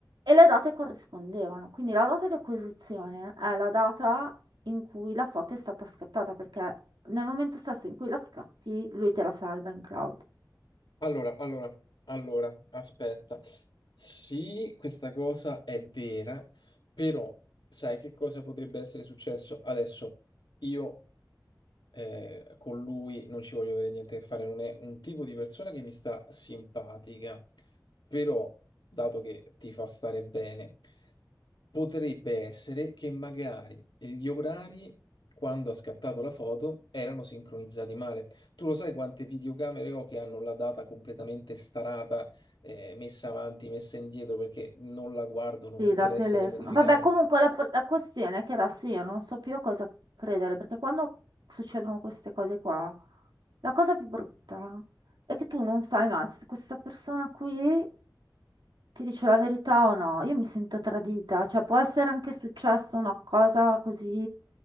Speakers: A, on the right (about 85°); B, on the left (about 80°).
A: E le date corrispondevano, quindi la data di acquisizione è la data in cui la foto è stata scattata, perché nel momento stesso in cui la scatti, lui te la salva in cloud.
B: Allora, allora, allora, aspetta. Sì, questa cosa è vera, però sai che cosa potrebbe essere successo? Adesso io eh, con lui non ci voglio avere niente a che fare, non è un tipo di persona che mi sta simpatica, però, dato che ti fa stare bene, potrebbe essere che magari gli orari, quando ha scattato la foto, erano sincronizzati male. Tu lo sai quante videocamere ho che hanno la data completamente starata, eh, messa avanti, messa indietro, perché non la guardo, non
A: Sì,
B: mi interessa
A: da telefono.
B: di modificarla.
A: Vabbè, comunque la, la questione è che adesso io non so più a cosa credere, perché quando succedono queste cose qua, la cosa più brutta è che tu non sai mai se questa persona qui ti dice la verità o no. Io mi sento tradita, cioè può essere anche successa una cosa così